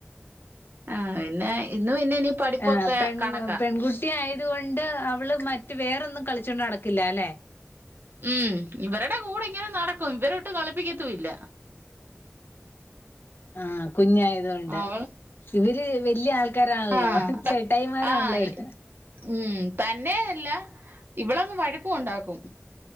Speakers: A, on the right; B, on the left.
A: ആ പിന്നെ ഇന്ന് പിന്നെ ഇനി പഠിപ്പൊക്കെ
B: ആ പെൺ
A: കണക്കാ
B: പെൺകുട്ടി ആയതു കൊണ്ട് അവള് മറ്റ് വേറൊന്നും കളിച്ചോണ്ട് നടക്കില്ല ലെ?
A: ഉം ഇവരുടെ കൂടെ ഇങ്ങനെ നടക്കും, ഇവരൊട്ടും കളിപ്പിക്കത്തുംല്ല
B: ആഹ്, കുഞ്ഞായതൊണ്ട്
A: അവൾ
B: ഇവര് വല്യ ആൾക്കാരാണല്ലോ,
A: ആഹ്
B: ചേട്ടായിമാരാണല്ലോര്
A: ആഹ് ഉം തന്നെയല്ല ഇവളങ്ങ് വഴ ക്കു ഉണ്ടാക്കും.